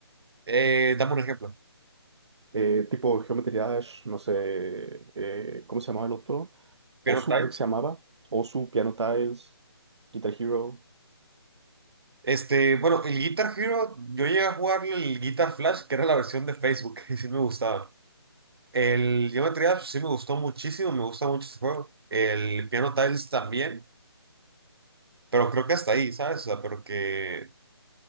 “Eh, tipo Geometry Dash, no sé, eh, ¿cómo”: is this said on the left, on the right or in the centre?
Right